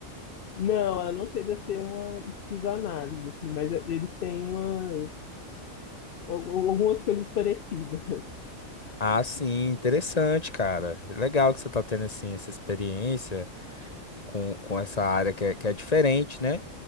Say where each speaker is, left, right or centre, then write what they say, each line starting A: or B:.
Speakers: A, on the left; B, on the left.
A: Não, ela não chega a ser uma esquizoanálise, assim, mas eles têm uma al- algumas coisas parecidas.
B: Ah, sim, interessante, cara. Legal que você tá tendo assim essa experiência com, com essa área que é, que é diferente, né?